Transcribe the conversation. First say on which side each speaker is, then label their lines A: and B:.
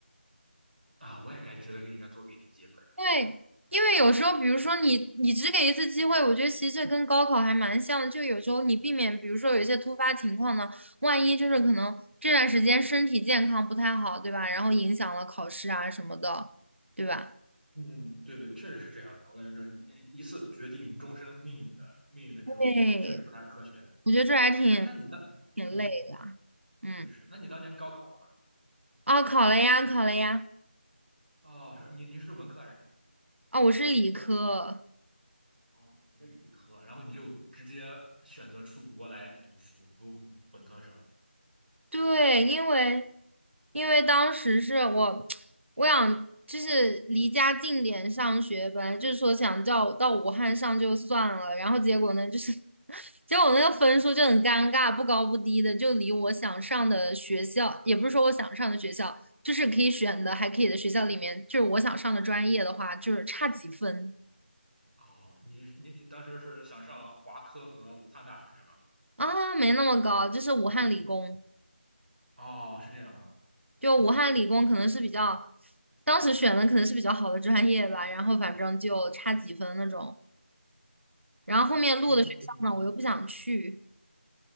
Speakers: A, on the right (about 55°); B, on the right (about 85°).
A: 啊。我也该觉得应该多给一点机会。
B: 因为因为有时候，比如说你你只给一次机会，我觉得其实这跟高考还蛮像的，就有时候你避免，比如说有一些突发情况呢，万一就是可能这段时间身体健康不太好，对吧？然后影响了考试啊什么的，对吧？
A: 嗯，对对，确实是这样的。我感觉这一一次决定终身命运的命运的这种，
B: 对，
A: 确实不太科学。
B: 我觉得这还挺
A: 哎，那你当
B: 挺累的啊嗯，
A: 嗯，是的是，那你当年高考了吗？
B: 啊，考了呀，考了呀。
A: 哦，是你你是文科还是理科？
B: 啊，我是理科，
A: 哦，你是理科，然后你就直接选择出国来读书，读本科科生。
B: 对，因为因为当时是我 <tsk> 我想就是离家近点上学，本来就是说想叫我到武汉上就算了，然后结果呢，就是 <laughs> 结果我那个分数就很尴尬，不高不低的，就离我想上的学校，也不是说我想上的学校，就是可以选的还可以的学校里面，就是我想上的专业的话，就是差几分。
A: 哦，你你你当时是想上华科和武汉大学是吗？
B: 啊，没那么高，就是武汉理工，
A: 哦，是这样啊。
B: 就武汉理工可能是比较，当时选的可能是比较好的专业吧，然后反正就差几分那种，然后后面录的学校呢，
A: 嗯，
B: 我又不想去，